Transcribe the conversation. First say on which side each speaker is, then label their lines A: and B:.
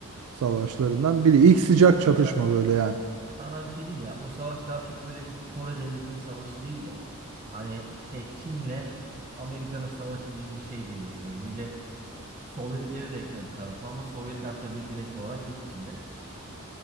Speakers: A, on the right; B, on the right.
A: savaşlarından biri. İlk sıcak
B: Aslında
A: çatışma böyle yani.
B: sana bir şey diyeyim ya. O savaş daha çok böyle iki Kore devletinin savaşı değil de hani şey Çin'le Amerika'nın savaşı gibi bir şey diye düşünüyorum. Bir de Sovyetleri de ekledi tarafa ama Sovyetler tabii direkt olarak yok içinde.